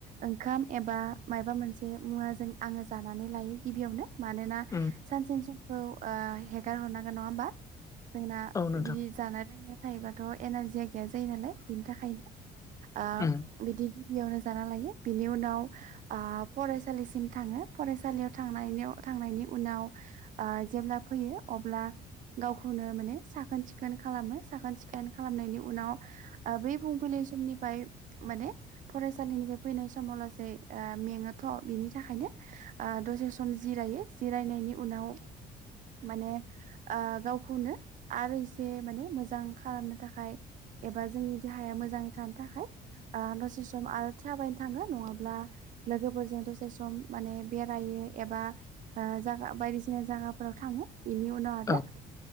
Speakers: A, on the right (about 50°); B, on the left (about 20°).
A: ओंखाम एबा माबा मोनसे। मोनसे मुवाजों आंङो जानानै लायो गिबियावनो। मानोना
B: उम
A: सानसेनि समखौ हेगार हरनांगोन नंङा होमबा जोंना
B: औ नोंथां
A: बिदि जानाय लोंनाय थायोबाथ' एनारजिक। गैया जायो नालाय बिनि थाखायनो
B: उम
A: बिदि बेयावनो जाना लायो बिनि उनाव फरायसालिसिम थांङो फरायसालियाव थांनायनि थांनायनि उनाव जेब्ला फैयो अब्ला गावखौनो माने साखोन सिखोन खालामो साखोन सिखोन खालामनायनि उनाव बै बुं समनिफ्राय माने फरायसालिनिफ्राय फैनाय समाव लासै मेंङोथ' बिनि थाखाय थाखायनो दसे सम जिरायो जिरायनायनि उनाव माने गावखौनो आरो इसे माने मोजां खालामनो थाखाय एबा जोंनि देहाया मोजांङै थानो थाखाय दसे सम आरो थाबायनो थांङो नंङाब्ला लोगोफोरजों दसे सम माने बेरायो एबा जा बायदिसिना जायगाफोराव थांङो बेनि उनाव आरो।
B: औ